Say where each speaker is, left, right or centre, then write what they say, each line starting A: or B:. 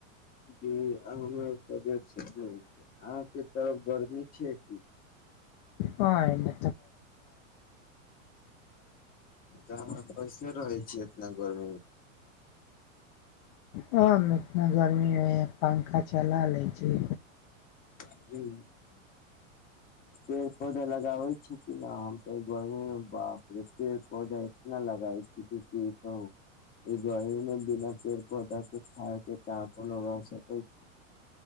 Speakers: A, on the left; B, on the left.
A: जी हमर तबियतसँ सब नीक छै अहाँके तरफ गर्मी छै की
B: हँ एन्ने
A: तऽ अहाँ कैसे रहै छै ईतना गर्मी
B: हम इतना गर्मीमे पंखा चला लै छै
A: हूँ ओहो पौधा लगाबै छी हम त गर्मीमे बापे रे पेड़ पौधा इतना लगाबै छी की कहू एहि गर्मीमे बिना पेड़ पौधा के छाया के कोनो रह सकै छी